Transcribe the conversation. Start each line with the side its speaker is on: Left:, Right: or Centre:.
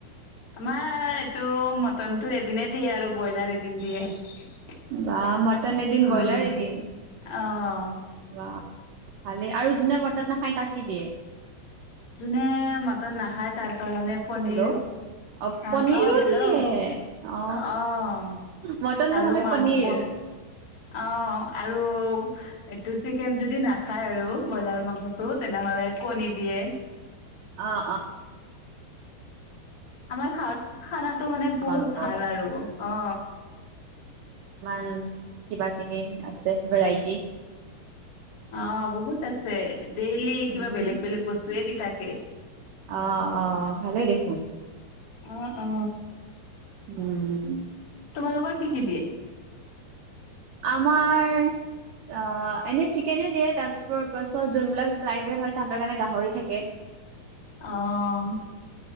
Left: আমাৰ এইটো মটনটো এদিনে দিয়ে আৰু ব্ৰইলাৰ এদিন দিয়ে।
Right: বাহ মটন এদিন
Left: অ'
Right: ব্ৰইলাৰ এদিন
Left: অ'
Right: বাহ। ভালে আৰু যোনে মটন। নাখায় তাক কি দিয়ে
Left: যোনে মটন নাখায় তাৰ কাৰণে পনীৰ।
Right: হেল্ল' অ
Left: অহ
Right: পনীৰো
Left: অহ হেল্ল'
Right: দিয়ে অ
Left: অহ
Right: মটন
Left: আৰু
Right: নহলে
Left: মা
Right: পনীৰ
Left: ব। অ আৰু এইটো চিকেন যদি না। খায় আৰু ব্ৰইলাৰ মাংসটো তেনেহ'লে কণী দিয়ে।
Right: অ অ।
Left: আমাৰ খা খানাটো মানে
Right: তোমালোকৰ
Left: বহুত ভাল আৰু। অ।
Right: ইমান কিবা কিনি আছে ভেৰাইটি।
Left: অ বহুত আছে ডেইলি কিবা
Right: উম
Left: বেলেগ বেলেগ বস্তুয়ে দি থাকে।
Right: অ অ ভালে দেখোন।
Left: অ অ।
Right: উম।
Left: তোমালোকৰ কি কি দিয়ে? <inaudible>
Right: আমাৰ অ এনে চিকেনে দিয়ে তাৰ প পাছত যোনবিলাক ট্ৰাইবেল হয় তাহাঁতৰ কাৰণে গাহৰি থা
Left: অহ,